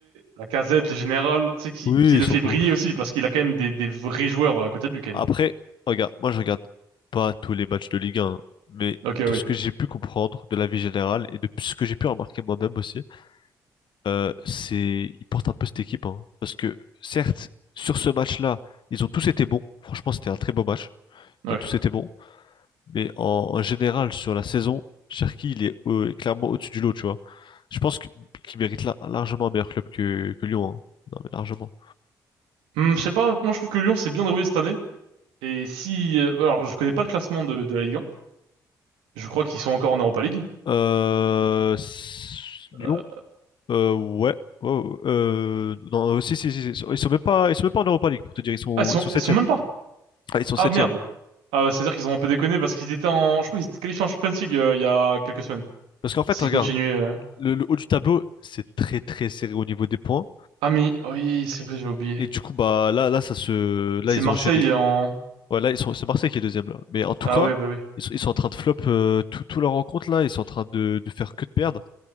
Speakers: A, on the right; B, on the left.
A: la casette le général, tu sais, qui,
B: Oui,
A: qui
B: ils
A: le
B: sont
A: fait briller
B: beaux.
A: aussi, parce qu'il a quand même des, des vrais joueurs à côté de lui, quand même.
B: Après, regarde, moi je regarde pas tous les matchs de Ligue 1, mais
A: Ok, oui,
B: de ce que j'ai pu comprendre de la vie générale et de ce que j'ai pu remarquer moi-même aussi, euh, c'est ils portent un peu cette équipe, hein. parce que certes, sur ce match-là, ils ont tous été bons. Franchement, c'était un très beau match.
A: ouais.
B: Ils ont tous été bons, mais en, en général sur la saison, Cherki il est euh, clairement au-dessus du lot, tu vois. Je pense que- qu'il mérite la- largement un meilleur club que, que Lyon, hein. Non mais largement.
A: Hum, je sais pas, moi je trouve que Lyon s'est bien déroulé cette année. Et si. euh, alors, je connais pas le classement de, de la Ligue 1. Je crois qu'ils sont encore en Europa League.
B: Euh, s- Lyon.
A: Euh,
B: Euh, ouais. Oh, euh, non, euh, si, si, si, si. Ils sont même pas, ils sont même pas en Europa League, pour te dire. Ils sont,
A: ah, ils sont,
B: ils sont septième
A: ils sont même pas.
B: Ah, ils sont
A: Ah
B: septième
A: merde. Ah, ouais, c'est-à-dire qu'ils ont un peu déconné parce qu'ils étaient en. Je crois qu'ils étaient qualifiés en Champions League euh, il y a quelques semaines.
B: Parce qu'en fait,
A: S'ils
B: regarde,
A: continuaient. euh.
B: le, le haut du tableau, c'est très très serré au niveau des points.
A: Ah, mais oui, c'est vrai, j'ai oublié.
B: Et du coup, bah là, là, ça se. Là,
A: C'est
B: ils
A: Marseille
B: ont enchaîné.
A: en.
B: Ouais, là, ils sont. C'est Marseille qui est deuxième là. Mais en tout
A: Ah,
B: cas,
A: ouais, bah oui.
B: ils sont, ils sont en train de flop euh, tout, tout leur rencontre là. Ils sont en train de, de faire que de perdre.